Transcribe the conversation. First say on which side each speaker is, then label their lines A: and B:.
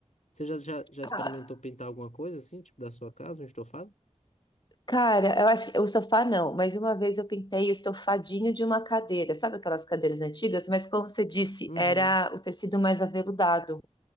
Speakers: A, on the left (about 70°); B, on the left (about 40°).
A: Você já, já, já experimentou
B: Ah,
A: pintar alguma coisa assim, tipo da sua casa, um estofado?
B: Cara, eu acho que o sofá não, mas uma vez eu pintei o estofadinho de uma cadeira, sabe aquelas cadeiras antigas? Mas como você disse,
A: Uhum,
B: era o tecido mais aveludado.